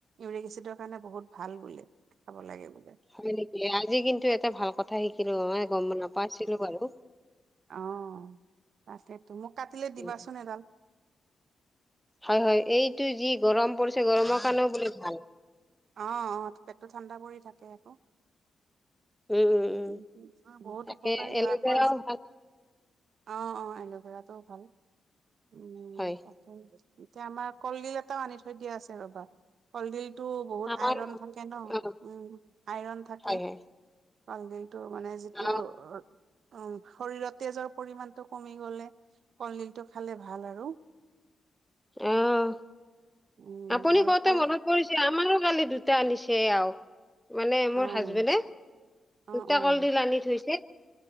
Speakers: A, on the right; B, in the centre.
A: ইউৰিগেচিডৰ কাৰণে বহুত ভাল বোলে, খাব লাগে। বোলে
B: হয় নেকি আজি কিন্তু এটা ভাল কথা শিকিলো নহয় গম নাপাইছিলো বাৰু।
A: অঁ তাকেইতো, মোক কাটিলে দিবাচোন
B: উম
A: এডাল।
B: হয় হয় এইটো যি গৰম পৰিছে গৰমৰ কাৰণেও বোলে ভাল।
A: অঁ পেটটো ঠাণ্ডা পৰি থাকে আকৌ।
B: উম
A: উ
B: উম উম
A: বহুত
B: তাকে
A: উপকাৰী
B: এল'ভেৰাও
A: হয় আকৌ।
B: ভাল
A: অ', অ', এল'ভেৰাতটোও ভাল, উম <unintelligible>
B: হয়
A: এতিয়া আমাক কলডিল এটা আনি থৈ দিয়া আছে ৰ'বা, কলডিল টো বহুত
B: আমাৰ
A: আইৰন থাকে ন,
B: অ
A: উম আইৰন থাকে,
B: হয় হয়
A: কলডিল মানে যিটো
B: অ
A: উ শৰীৰত তেজৰ পৰিমানটো কমি গলে। কলডিলটো খালে ভাল আৰু।
B: আহ
A: উম,
B: আপুনি
A: আৰু
B: কতে
A: কল
B: মনত পৰিছে। মাৰো কালি দুটা আনিছে আঁ। মানে
A: অ',
B: মোৰ হাজবেণ্ডে
A: অ',
B: দুতা
A: অ',
B: কলডিল আনি থৈছে।